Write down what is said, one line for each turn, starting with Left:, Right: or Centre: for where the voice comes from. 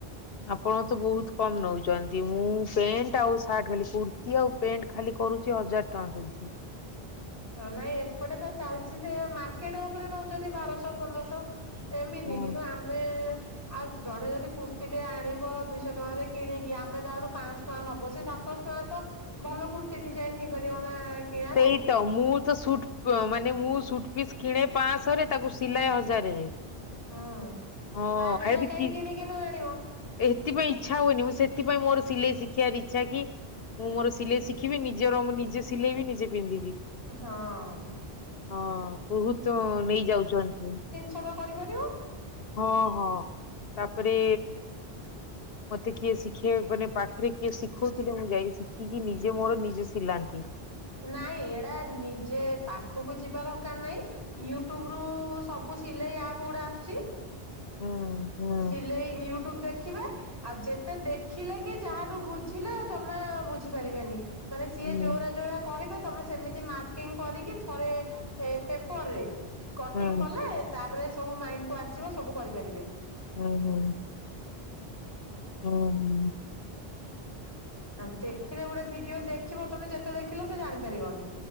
Left: ଆପଣ ତ ବହୁତ କମ୍ ନଉଛନ୍ତି ମୁଁ ପ୍ୟାଣ୍ଟ ଆଉ ସାର୍ଟ ଖାଲି କୁର୍ତ୍ତୀ ଆଉ ପେଣ୍ଟ ଖାଲି କରୁଚି ହଜାର ଟଙ୍କା ଦଉଛି।
Right: ହଁ ନାଇଁ ଏପଟେ ବା ଚାଲିଛି ସେ ମାର୍କେଟ ଉପରେ ନଉଚନ୍ତି ବାରଶହ ପନ୍ଦରଶହ। ଏମିତି
Left: ହଁ।
Right: କିନ୍ତୁ ଆମେ ଆଉ ଜଣେ ଯଦି କୁର୍ତ୍ତିୀ ଟେ ଆଣିବ ଦୁଇଶହ ଟଙ୍କାରେ କିଣିକି ଆମେ ତା ଆଠୁ ପାଞ୍ଚହ ଟଙ୍କା ନବ ସେ ସାତଶହ ଟଙ୍କା ତ ଭଲ କୁର୍ତ୍ତୀ ଡିଜାଇନ ହେଇପାରିବ ନା କିଣାରେ।
Left: ସେଇ ତ ମୁଁ ତ ସୁଟ ମାନେ ମୁଁ ସୁଟ ପିସ୍ କିଣେ ପାଞ୍ଚଶହରେ ତାକୁ ସିଲାଏ ହଜାରରେ।
Right: ହୁଁ ତାପେକ୍ଷା
Left: ହଁ ଏବେ
Right: କାହିଁ
Left: କି
Right: କିଣିକି ନ ପିନ୍ଧିବ।
Left: ଏଥିପାଇଁ ଇଚ୍ଛା ହୁଏନି ମୁଁ ସେଥିପାଇଁ ମୋର ସିଲେଇ ଶିଖିବ ଇଚ୍ଛା କି ମୁଁ ମୋର ସିଲେଇ ଶିଖିବି ନିଜର ମୁଁ ନିଜେ ସିଲେଇ ବି ନିଜେ ପିନ୍ଧିବି।
Right: ହଁ।
Left: ହଁ ବହୁତ ନେଇ ଯାଉଛନ୍ତି।
Right: <unintelligible> କରିପାରିବୁ?
Left: ହଁ ହଁ ତାପରେ ମତେ କିଏ ଶିଖିବା ମାନେ ପାଖରେ କିଏ ଶିଖଉଥିଲେ ମୁଁ ଯାଇ ଶିଖିକି ନିଜେ ମୋର ନିଜେ <unintelligible>
Right: ନାଇଁ ଏଇଡା ନିଜେ ପାଖକୁ ଯିବା ଦରକାର ନାଇଁ। ୟୁଟ୍ୟୁବ ରୁ ସବୁ ସିଲେଇ ଆପ ଗୁଡା ଆସୁଛି।
Left: ହୁଁ ହୁଁ
Right: ସିଲେଇ ୟୁଟ୍ୟୁବ ଦେଖିବା। ଆଉ ଯେତେ ଦେଖିଲେ କି ଯାହାଠୁ ବୁଝିଲେ ଜମା ବୁଝି ପାରିବେନାହିଁ। ମାନେ ସିଏ
Left: ହୁଁ
Right: ଯୋରା ଯୋରା କହିବ ତମେ ସେମିତି ମାର୍କିଂ କରିକି ଥରେ ଏ ପେପର ରେ କଟିଂ
Left: ହୁଁ
Right: କଲେ ତାପରେ ସବୁ ମାଇଣ୍ଡ କୁ ଆସିଯିବ ସବୁ କରିପାରିବେ।
Left: ହୁଁ ହୁଁ। ହୁଁ ହୁଁ।
Right: ଆ ଦେଖିଲେ ଗୋଟେ ଭିଡିଓ ଦେଖିବ ତମେ ଯେତେ ଦେଖିଲ ସେ ଜାଣିପାରିବନି।